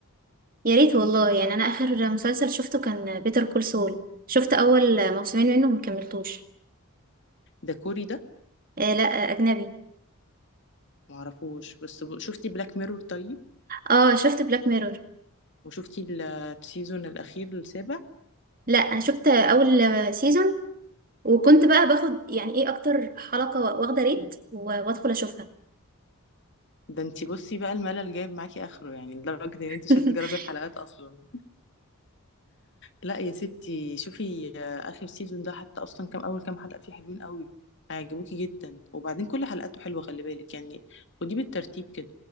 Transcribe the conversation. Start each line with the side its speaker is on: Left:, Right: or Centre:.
Right: يا ريت والله يعني انا اخر مسلسل شفته كان بيتر كول سول شفت اول موسمين منه وما كملتوش
Left: ده كوري ده
Right: آه لا آه، اجنبي
Left: معرفوش بس ب- شفتي بلاك ميرور طيب
Right: اه شفت بلاك ميرور
Left: وشفتي السيزون الأخير السابع
Right: لا انا شفت اول سيزون وكنت بقى باخد يعني ايه اكتر حلقه واخده ريت و- وادخل اشوفها
Left: ده انتي بصي بقى الملل جايب معاكي اخره يعني لدرجة ان انتي
Right: <laughs>
Left: مش عايزة تجربي الحلقات اصلا لا يا ستي شوفي آه، اخر سيزون ده حتى اصلا كام اول كام حلقة فيه حلوين قوي هيعجبوكي جدا وبعدين كل حلقاته حلوة خلي بالك يعني ودي بالترتيب كده